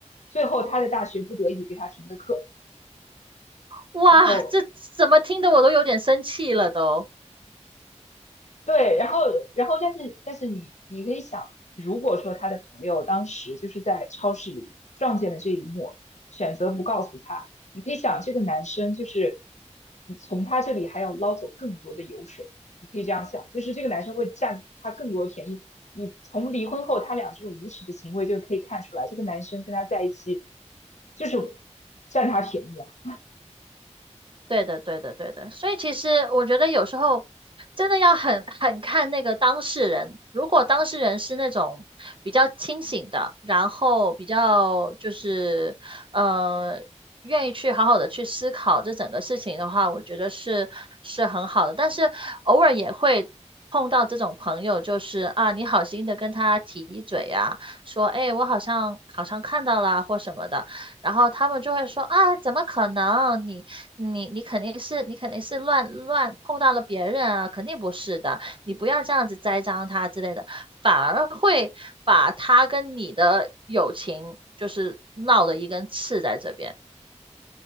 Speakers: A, on the left; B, on the right.
A: 最后她的大学不得已给她停的课，
B: 哇，
A: 然后
B: 这怎么听得我都有点生气了都。
A: 对，然后然后但是但是你你可以想，如果说他的朋友当时就是在超市里撞见了这一幕，选择不告诉他，你可以想这个男生就是你从他这里还要捞走更多的油水，你可以这样想，就是这个男生会占他更多的便宜。你从离婚后他俩这种无耻的行为就可以看出来，这个男生跟他在一起就是占他便宜啊。
B: 对的，对的，对的。所以其实我觉得有时候真的要很很看那个当事人。如果当事人是那种比较清醒的，然后比较就是呃愿意去好好的去思考这整个事情的话，我觉得是是很好的。但是偶尔也会碰到这种朋友，就是啊，你好心的跟他提一嘴呀，说哎，我好像好像看到啦或什么的。然后他们就会说啊，怎么可能？你你你肯定是你肯定是乱乱碰到了别人啊，肯定不是的，你不要这样子栽赃他之类的，反而会把他跟你的友情就是闹的一根刺在这边。